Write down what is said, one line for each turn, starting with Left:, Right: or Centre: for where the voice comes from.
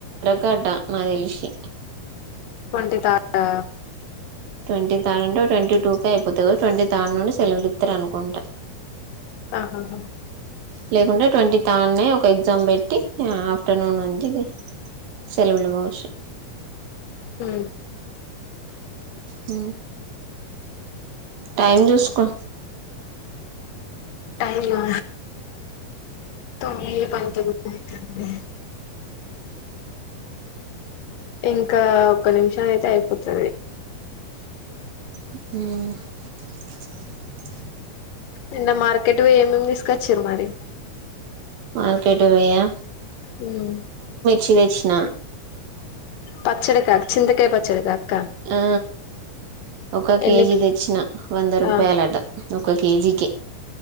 Right: కడ్డ నా తెలిసి
Left: ట్వంటీ థర్డ్ ఆ
Right: ట్వంటీ థడ్ అంటే ట్వంటీ టూ క అయిపోతా ట్వీథడ్ నుండి సెలవులు ఇస్తారు అనుకుంటా
Left: ఆహాహా
Right: లేకుంటే ట్వంటీ తానే ఒక ఎగ్జామ్ పెట్టి ఆఫ్టర్నూన్ ఉంది ఇది సెలవులు కావచ్చు
Left: హ
Right: అ టైం చూసుకో
Left: టైమా తొమ్మిది పంతొమ్మిది అయితంది ఇంకా ఒక నిమిషం అయితే అయిపోతది
Right: మ్
Left: నిన్న మార్కెట్ పోయి ఏమేమి తీసుకొచ్చిరు మరి
Right: మార్కెటుకుపోయా
Left: హమ్
Right: చూసిన
Left: పచ్చడికా చింతకాయ పచ్చడికా
Right: ఆ ఒక కేజీ
Left: ఎన్నికి
Right: తెచ్చిన వంద రూపాయలట
Left: ఆ
Right: ఒక కేజీకే